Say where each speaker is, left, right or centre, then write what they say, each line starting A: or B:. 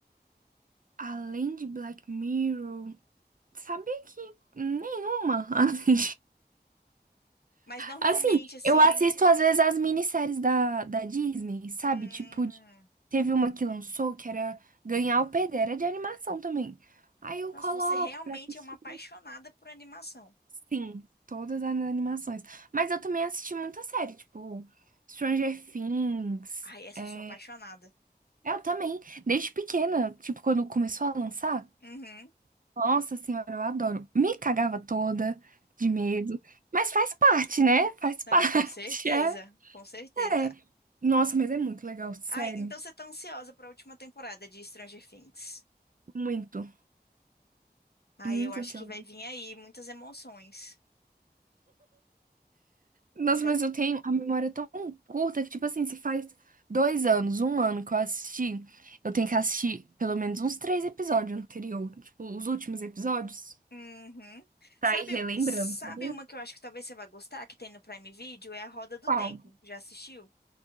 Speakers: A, on the right; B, on the left.
A: Além de Black Mirror, sabia que nenhuma. <laughs> Assim,
B: Mas normalmente,
A: assim,
B: assim.
A: eu assisto às vezes as minisséries da, da Disney, sabe?
B: Hum...
A: Tipo, de- teve uma que lançou que era Ganhar ou Perder, era de animação também. Aí eu
B: Nossa,
A: coloco
B: você realmente
A: pra assistir.
B: é uma apaixonada por animação.
A: Sim, todas as animações. Mas eu também assisti muita série, tipo, Stranger Things.
B: Ai, essa
A: é,
B: eu sou apaixonada.
A: Eu também, desde pequena, tipo, quando começou a lançar.
B: Uhum.
A: Nossa senhora, eu adoro. Me cagava toda de medo, mas faz parte, né? Faz parte.
B: Não, com certeza.
A: <laughs>
B: Com certeza.
A: É, é. Nossa, mas é muito legal, sério.
B: Ai, então você tá ansiosa pra última temporada de Stranger Things.
A: Muito,
B: Ai,
A: muito
B: eu acho
A: ansiosa.
B: que vai vir aí muitas emoções.
A: Nossa,
B: Já.
A: mas eu tenho a memória tão curta que, tipo assim, se faz dois anos, um ano que eu assisti, eu tenho que assistir pelo menos uns três episódios anterior, tipo, os últimos episódios,
B: Uhum.
A: pra
B: Sabe,
A: ir relembrando,
B: sabe
A: sabia?
B: uma que eu acho que talvez você vá gostar, que tem no Prime Video? É A Roda do
A: Qual?
B: Tempo. Já assistiu?